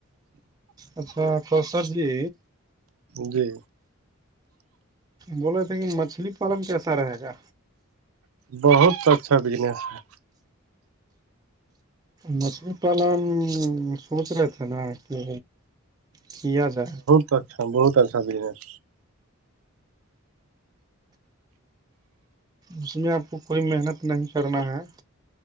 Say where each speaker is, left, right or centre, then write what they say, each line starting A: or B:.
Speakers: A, on the right (about 20°); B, on the right (about 80°).
A: اچھا کسر جی
B: جی
A: بولے تھے کہ مچھلی پالن کیسا رہے گا
B: بہت اچھا بجنس ہے
A: مچھلی پالن سوچ رہے تھے نا کہ کیایا جائے
B: تو اچھا بہت اچھا جنس
A: اس میں آپ کو کوئی محنت نہیں کرنا ہے